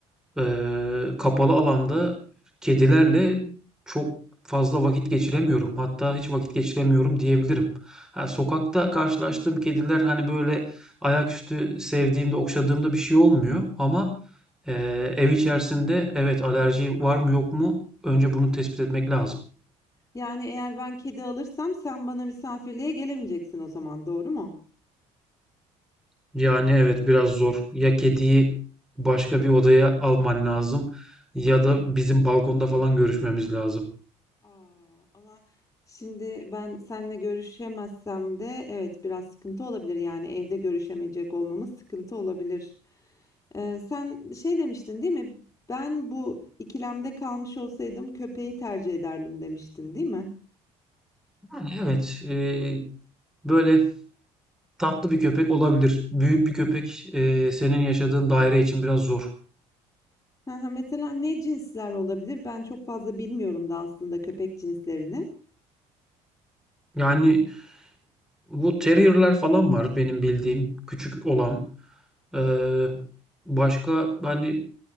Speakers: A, in the centre; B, on the left.
A: eee, kapalı alanda kedilerle çok fazla vakit geçiremiyorum. Hatta hiç vakit geçiremiyorum diyebilirim. Ha, sokakta karşılaştığım kediler hani böyle ayaküstü sevdiğimde, okşadığımda bir şey olmuyor. Ama eee, ev içerisinde evet alerji var mı yok mu önce bunu tespit etmek lazım.
B: Yani, eğer ben kedi alırsam sen bana misafirliğe gelemeyeceksin o zaman, doğru mu?
A: Yani evet biraz zor. Ya kediyi başka bir odaya alman lazım ya da bizim balkonda falan görüşmemiz lazım.
B: Aa Ama şimdi ben seninle görüşemezsem de evet, biraz sıkıntı olabilir. Yani, evde görüşemeyecek olmamız sıkıntı olabilir. Eee, sen şey demiştin, değil mi? Ben bu ikilemde kalmış olsaydım köpeği tercih ederdim demiştin, değil mi?
A: Yani evet, e, böyle Tatlı bir köpek olabilir. Büyük bir köpek eee, senin yaşadığın daire için biraz zor.
B: Hı hı, Mesela ne cinsler olabilir? Ben çok fazla bilmiyorum da aslında köpek cinslerini.
A: Yani bu terrier'ler falan var benim bildiğim küçük olan. Eee, başka hani